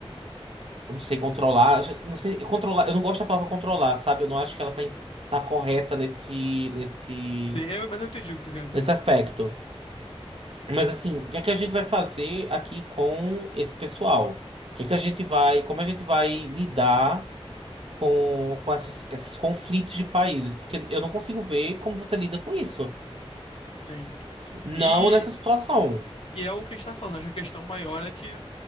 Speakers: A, on the right; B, on the left.
A: eu não sei, controlar, eu não sei, controlar, eu não gosto da palavra controlar, sabe? Eu não acho que ela tá, em- tá correta nesse, nesse,
B: Sim, eu- mas eu entendi o que você quer dizer.
A: nesse aspecto. Mas assim, o que é que a gente vai fazer aqui com esse pessoal? O que é que a gente vai, como a gente vai lidar? com, com essas- esses conflitos de países, porque eu não consigo ver como você lida com isso.
B: Sim.
A: Não
B: E,
A: nessa situação.
B: e é o que a gente tá falando. Acho que a questão maior é que,